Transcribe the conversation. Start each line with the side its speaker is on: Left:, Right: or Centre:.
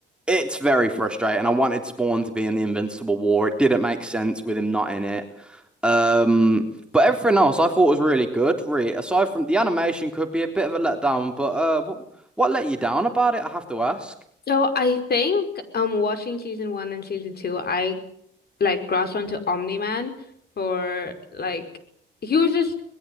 Centre: it's very frustrating. I wanted Spawn to be in the Invincible War. It didn't make sense with him not in it. Um but everything else I thought was really good, really. Aside from the animation could be a bit of a letdown, but uh what, what let you down about it, I have to ask.
Left: So I think um watching season one and season two, I like grasped onto Omni-Man for like he was just